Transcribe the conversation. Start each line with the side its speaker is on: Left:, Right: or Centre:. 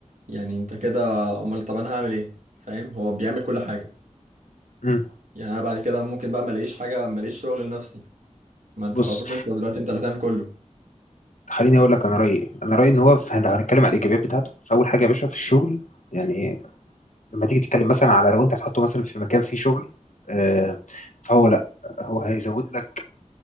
Right: يعني أنت كده أمال طب أنا هعمل إيه فاهم هو بيعمل كل حاجة
Left: مم.
Right: يعني أنا بعد كده ممكن بقى ما الاقيش حاجة ما الاقيش شغل لنفسي ما أنت
Left: بص
Right: خلاص أنت دلوقتي أنت اللي هتعمل كله
Left: خليني اقول لك انا رايي إيه. انا رايي ان هو ف- لو هنتكلم على الايجابيات بتاعته فاول حاجه يا باشا في الشغل يعني لما تيجي تتكلم مثلا على لو انت هتحطه مثلا في مكان فيه شغل آه، فهو لا هو هيزود لك